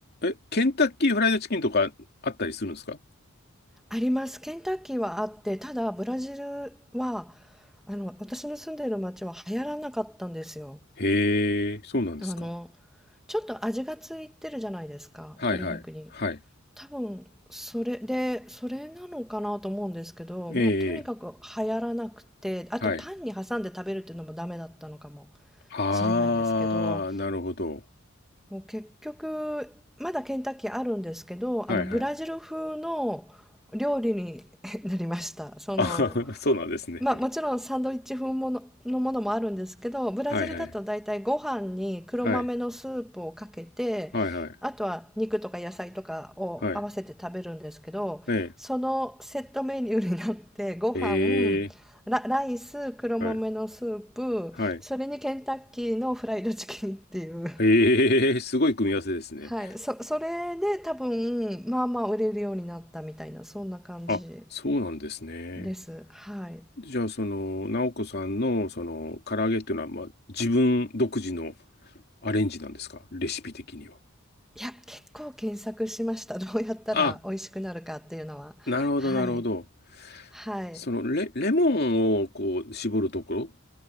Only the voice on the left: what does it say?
え、ケンタッキーフライドチキンとかあったりするんですか
へえ、そうなんですか。
はいはい。
はい。
ええ、
はい。ああ、
なるほど。
はいはい。
あ、<laughs> そうなんですね。
はいはい。はい。はいはい。
はい。ねえ。
ええ、
はいえ
ええ、<laughs> すごい組み合わせですね。
あ、そうなんですね。
じゃあ、その、直子さんの、その、唐揚げっていうのは、まあ、自分独自のアレンジなんですかレシピ的には。
あ、なるほど、
なるほど。
そのレ、レモンをこう絞るところ